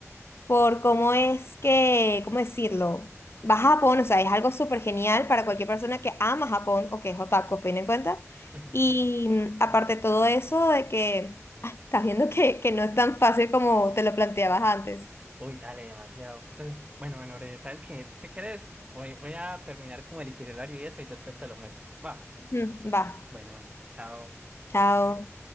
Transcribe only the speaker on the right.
<laughs>
Uy, dale, demasiado. Entonces, bueno, bueno, Ore, ¿sabes qué? Si querés, voy, voy a terminar como el itinerario y eso y después te lo muestro. Va.
Bueno, bueno, chao.